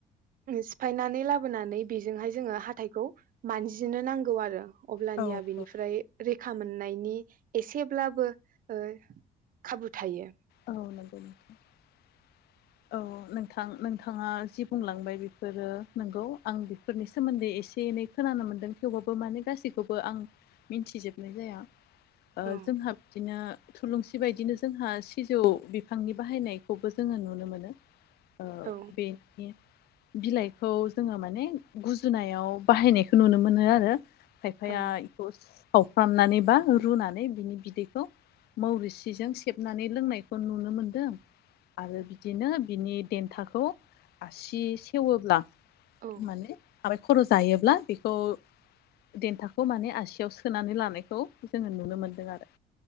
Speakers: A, on the right; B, on the left.
A: सिफायनानै लाबोनानै बेजोंहाय जोङो हाथायखौ मानजिनो नांगौ आरो अब्लानिया
B: औ
A: बेनिफ्राय
B: औ
A: रैखा मोन नायनि एसेब्लाबो ओ खाबु थायो।
B: औ नंगौ नंगौ औ नोंथां नोंथाङा जि बुंलांबाय बेफोरो नंगौ आं बेफोरनि सोमोन्दै एसे एनै खोना नोमोनदों थेवबाबो माने गासैखौबो आं मिथिजोबनाय जाया। ओ
A: औ
B: जोंहा बिदिनो थुलुंसि बायदिनो जोंहा सि सिजौ बिफांनि बाहायनायखौबो जोङो नुनो मोनो ओ
A: औ
B: बेनि बिलाइखौ जोङो माने गुजुनायाव बाहायनायखौ नुनो मोनो आरो खायफाया
A: औ
B: एखौ सावफ्रामनानैबा रुनानै बिनि बिदैखौ मरिसिजों सेबनानै लोंनायखौ नुनो मोनदों। आरो बिदिनो बिनि देन्थाखौ आसि सेवोब्ला
A: औ
B: माने आबाइ खर' जायोब्ला बेखौ देन्थाखौ माने आ सियाव सोनानै लानायखौ जोङो नुनो मोनदों आरो।